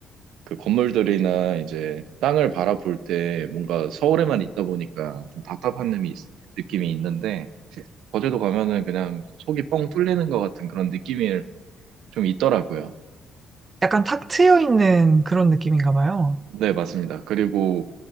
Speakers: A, on the right; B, on the right.
A: 그 건물들이나 이제 땅을 바라볼 때 뭔가 서울에만 있다 보니까 좀 답답한 느낌이, 있- 느낌이 있는데 거제도 가면은 그냥 속이 뻥 뚫리는 것 같은 그런 느낌일 좀 있더라고요.
B: 약간 탁 트여 있는 그런 느낌인가 봐요.
A: 네, 맞습니다. 그리고